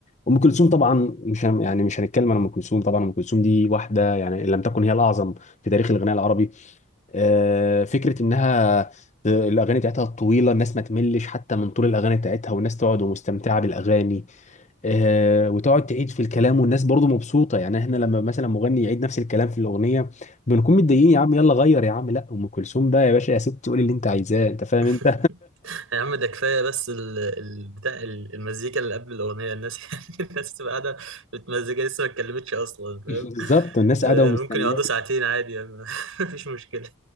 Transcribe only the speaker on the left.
ام كلثوم طبعا مش هن- يعني مش هنتكلم عن ام كلثوم طبعا ام كلثوم دي واحده يعني ان لم تكن هي الاعظم في تاريخ الغناء العربي آه، فكره انها ت- الاغاني بتاعتها طويله الناس ما تملش حتى من طول الاغاني بتاعتها والناس تقعد ومستمتعه بالاغاني آه، وتقعد تعيد في الكلام والناس برضو مبسوطه يعني احنا لما مثلا مغني يعيد نفس الكلام في الاغنيه بنكون متضايقين يا عم يلا غير يا عم لا ام كلثوم بقى يا باشا يا ست قولي اللي انت عايزاه انت فاهم
انت
<laughs>
بالظبط الناس
قاعده ومستنيه